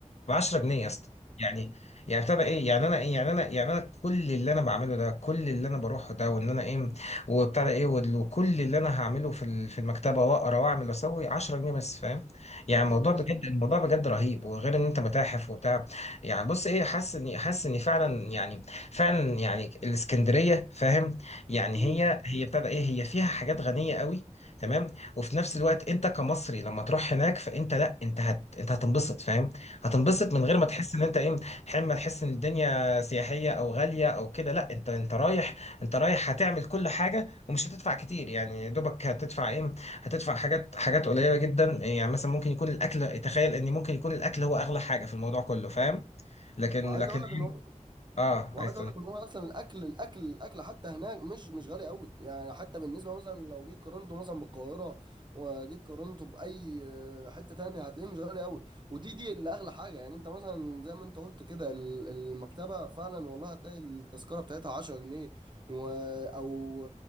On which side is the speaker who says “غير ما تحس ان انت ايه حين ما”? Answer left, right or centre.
Left